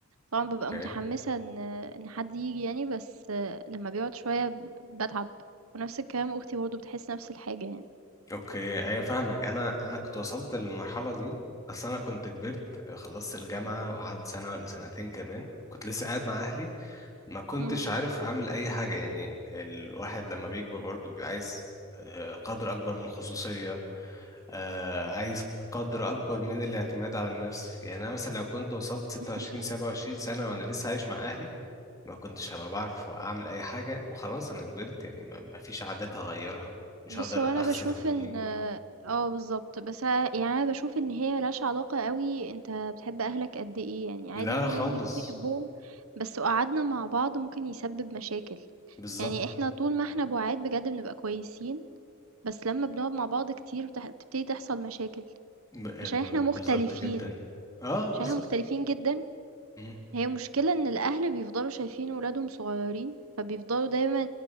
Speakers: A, on the right; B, on the left.
A: طبعًا بابقى
B: اوكي
A: متحمسة إن إن حد ييجي يعني، بس لمّا بيقعد شوية ب باتعب، ونفس الكلام أختي برضه بتحس نفس الحاجة يعني.
B: اوكي ايوه فاهمك انا انا كنت وصلت للمرحله دي اصل انا كنت كبرت خلصت الجامعه وقعدت سنه ولا سنتين كمان كنت لسه قاعد مع اهلي ما كنتش
A: إمم.
B: عارف اعمل اي حاجه يعني الواحد لما بيكبر برضه بيبقى عايز آه، قدر اكبر من الخصوصيه آه عايز قدر اكبر من الاعتماد على النفس يعني انا مثلا لو كنت وصلت 26
A: إمم.
B: 27 سنه وانا لسه عايش مع اهلي ما كنتش هبقى بعرف اعمل اي حاجه وخلاص انا كبرت يعني ما ما فيش عادات هغيرها مش
A: بُص،
B: هقدر
A: هو أنا
B: اغسل
A: باشوف
B: هدومي
A: إن آه آه، بالضبط، بس أنا يعني أنا باشوف إن هي ما لهاش علاقة أوي أنت بتحب أهلك قد إيه يعني، عادي
B: لا
A: ممكن
B: لا خالص
A: الواحد يكون بيحبهم، بس لو قعدنا مع بعض ممكن يسبب مشاكل.
B: بالظبط
A: يعني إحنا طول ما إحنا بُعاد بجد بنبقى كويسين، بس لمّا بنقعد مع بعض كتير بتح بتبتدي تحصل مشاكل،
B: ب-
A: عشان
B: م-
A: إحنا مختلفين،
B: بالظبط جدا اه بالظبط
A: عشان إحنا مختلفين جدًا
B: مم.
A: هي المشكلة إن الأهل بيفضلوا شايفين ولادهم صغيرين فبيفضلوا دايما